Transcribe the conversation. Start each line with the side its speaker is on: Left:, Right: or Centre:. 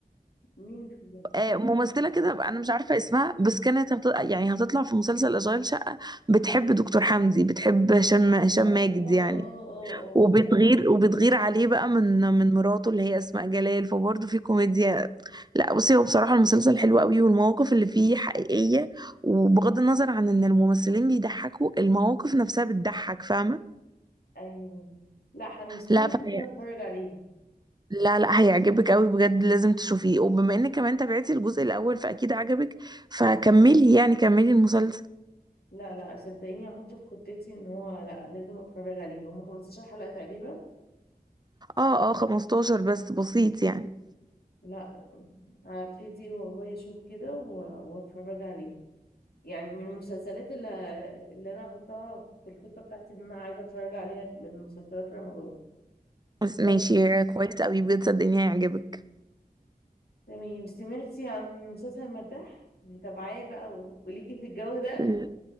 Left: مين فيهم
Right: آه، ممثلة كده بقى، أنا مش عارفة اسمها بس كانت هت... يعني هتطلع في مسلسل أشغال شقة بتحب دكتور حمدي بتحب هشام هشام
Left: اه
Right: ماجد
Left: اه
Right: يعني
Left: اه اه
Right: وبتغير وبتغير عليه بقى من من مراته اللي هي أسماء جلال فبرضه في كوميديا لا بصي هو بصراحة المسلسل حلو قوي والمواقف اللي فيه حقيقية وبغض النظر عن إن الممثلين بيضحكوا المواقف نفسها بتضحك فاهمة
Left: ايوه لا حمستيني
Right: لا فهي
Left: جدا اتفرج عليه
Right: لا لا هيعجبك قوي بجد لازم تشوفيه وبما انك كمان تابعتي الجزء الاول فاكيد عجبك فكملي يعني كملي المسلسل
Left: لا لا صدقيني هحطه في خطتي ان هو لا لازم اتفرج عليه هم 15 حلقة تقريبا
Right: اه اه 15 بس بسيط يعني
Left: لا هبتدي والله اشوف كده و- واتفرج عليه يعني من المسلسلات اللي, اللي انا هحطها في الخطة بتاعتي ان انا عايزة اتفرج عليها من مسلسلات رمضان
Right: بس ماشي
Left: طب
Right: مم. كويس قوي بجد صدقني هيعجبك
Left: تمام سمعتي عن مسلسل المداح متابعاه بقى و- وليكي في الجو ده
Right: ل-